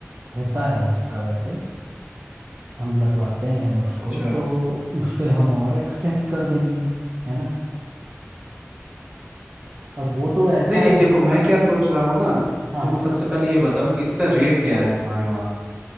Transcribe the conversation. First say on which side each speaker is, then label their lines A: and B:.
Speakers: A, on the right (about 45°); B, on the right (about 30°).
A: होता है उसका वैसे हम लगवाते हैं उसको
B: अच्छा
A: तो उस पे हम और एक्सटेंड कर देंगे है ना और वो तो ऐसा
B: नहीं
A: एक
B: देखो मैं क्या सोच रहा हूँ ना
A: हाँ
B: तुम
A: हाँ
B: सबसे पहले ये बताओ कि इसका रेट क्या है तुम्हारे वहाँ